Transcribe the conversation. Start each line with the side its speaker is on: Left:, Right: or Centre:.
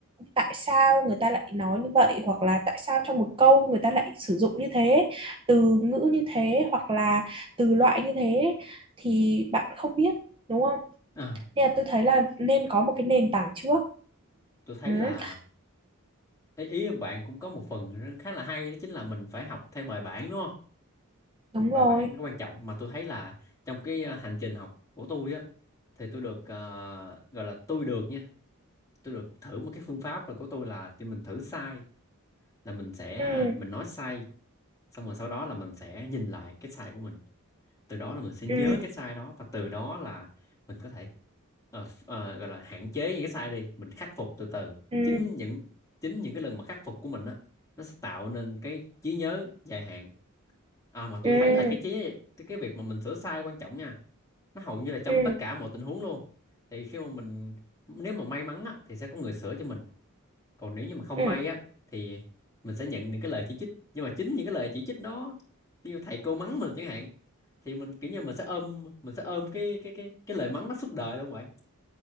Right: tại sao người ta lại nói như vậy hoặc là tại sao trong một câu người ta lại sử dụng như thế từ ngữ như thế hoặc là từ loại như thế thì bạn không biết đúng không
Left: À,
Right: nên là tôi thấy là nên có một cái nền tảng trước
Left: tôi thấy
Right: ừ,
Left: là ý, ý em bạn cũng có một phần khá là hay đó chính là mình phải học theo bài bản đúng không học
Right: đúng rồi
Left: bài bản rất quan trọng mà tôi thấy là trong cái ờ, hành trình học của tôi á thì tôi được ờ, gọi là tôi được nha tôi được thử một cái phương pháp rồi của tôi là thì mình thử sai là mình sẽ
Right: ừ,
Left: ờ, mình nói sai xong rồi sau đó là mình sẽ nhìn lại cái sai của mình từ đó là mình sẽ nhớ
Right: ừ.
Left: cái sai đó và từ đó là mình có thể ờ, f- ờ, gọi là hạn chế những cái sai đi mình khắc phục từ từ
Right: ừ
Left: chính những chính những cái lần mà khắc phục của mình á nó sẽ tạo nên cái trí nhớ dài hạn à mà tôi
Right: ừ
Left: thấy là cái trí cái cái việc mà mình sửa sai quan trọng nha nó hầu như là trong
Right: ừ
Left: tất cả mọi tình huống luôn thì khi mà mình nếu mà may mắn á, thì sẽ có người sửa cho mình còn nếu như mà không
Right: ừ
Left: may á thì mình sẽ nhận những cái lời chỉ trích nhưng mà chính những cái lời chỉ trích đó như thầy cô mắng mình chẳng hạn thì mình kiểu như mình sẽ ôm mình sẽ ôm cái cái cái cái lời mắng đó suốt đời luôn bạn